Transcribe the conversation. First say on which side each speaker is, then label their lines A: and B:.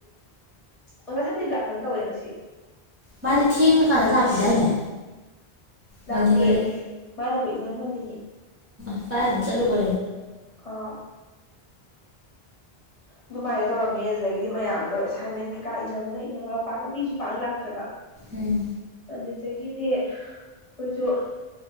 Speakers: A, on the left; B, on the right.
A: ꯑꯣꯖꯥ ꯁꯥꯟꯇꯤꯕꯥꯂꯥ ꯈꯇꯥ ꯇ꯭ꯕꯦ ꯉꯁꯤ꯫
B: ꯃꯥꯗꯤ ꯊꯦꯡꯉꯀꯥꯟꯗ ꯂꯥꯛꯈꯤꯗꯥꯏꯅꯦ
A: ꯂꯥꯀꯇꯦ
B: ꯉꯜꯂꯤꯉꯩꯗ
A: ꯃꯥꯅꯥ ꯕꯨ ꯑꯦꯉ꯭ꯒꯜ ꯉꯜꯂꯦ ꯅꯦ꯫
B: ꯀ ꯆꯂꯨꯣ
A: ꯑꯦ. ꯑꯦ ꯑꯗꯨꯃꯥꯏꯅ ꯇꯧꯔꯝꯃꯦ ꯑꯗꯨꯗꯒꯤꯗꯤ ꯃꯌꯥꯝꯗꯣ ꯑꯦꯁꯥꯏꯟꯃꯦꯟ ꯀꯩꯀꯥ ꯏꯅꯕꯗ ꯏꯅꯕ ꯄꯥꯡ ꯃꯤꯁꯨ ꯄꯥꯡ ꯂꯥꯛꯇ꯭ꯔꯕ
B: ꯎꯝ
A: ꯑꯗꯨꯗꯥꯒꯤ ꯗꯤ ꯑꯩꯈꯣꯏꯁꯨ